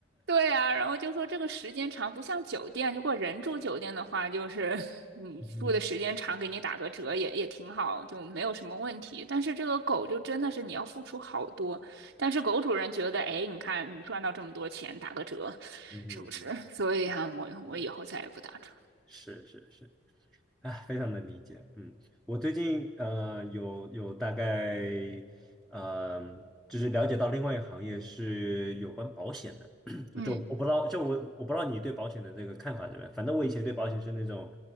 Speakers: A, on the right; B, in the centre.
A: 对啊，然后就说这个时间长不像酒店，如果人住酒店的话，就是 <laughs> 你住的时间长，
B: <laughs> 嗯
A: 给你打个折也也挺好，就没有什么问题。但是这个狗就真的是你要付出好多，但是狗主人觉得，哎，你看你赚到这么多钱，打个折，
B: 嗯
A: 是不是？<laughs> 所以啊，我我以后再也不打折。
B: 嗯，是是是是。啊，非常能理解。嗯，我最近呃有有大概呃就是了解到另外一个行业是有关保险的，<clears throat>
A: 嗯
B: 就就我不知道，就我我不知道你对保险的这个看法怎么样。反正我以前对保险是那种